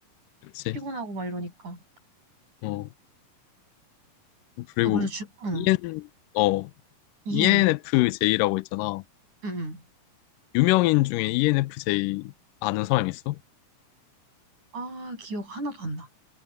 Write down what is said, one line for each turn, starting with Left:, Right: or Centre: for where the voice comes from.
Left: 그치.
Right: 피곤하고 막 이러니까.
Left: 어, 그리고,
Right: 또 그래서 주, 응.
Left: EN, 어,
Right: 이엔,
Left: ENFJ라고 있잖아.
Right: 응. 응.
Left: 유명인 중에 ENFJ 아는 사람 있어?
Right: 아, 기억 하나도 안 나.